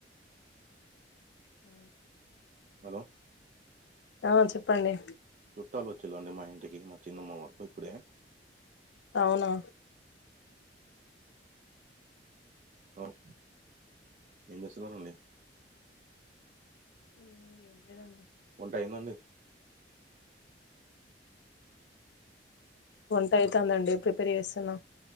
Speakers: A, on the left (about 80°); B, on the right (about 45°).
A: ఆ
B: హలో
A: ఆ చెప్పండి
B: చుట్టాలు వచ్చిలు అండి మా ఇంటికి మా చిన్నమ్మ వాళ్ళు ఇప్పుడే
A: అవునా
B: మ్మ్ ఏం చేస్తున్నారు అండి
A: <inaudible>
B: టైమ్ అండి
A: వంట అవుతుందండి ప్రిపేర్ చేస్తున్నా